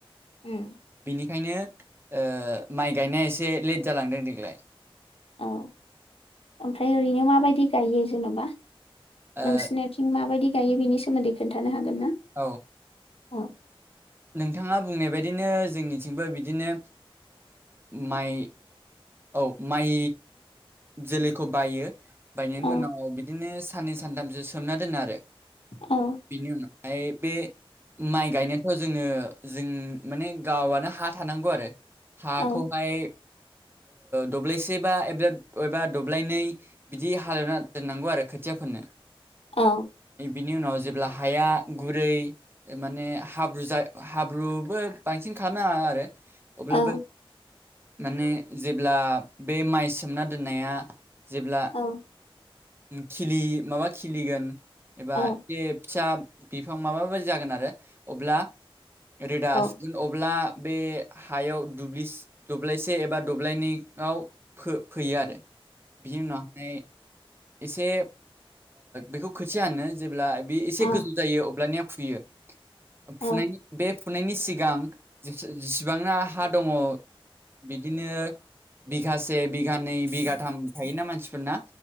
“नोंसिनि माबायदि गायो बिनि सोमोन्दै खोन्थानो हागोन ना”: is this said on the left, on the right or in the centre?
Left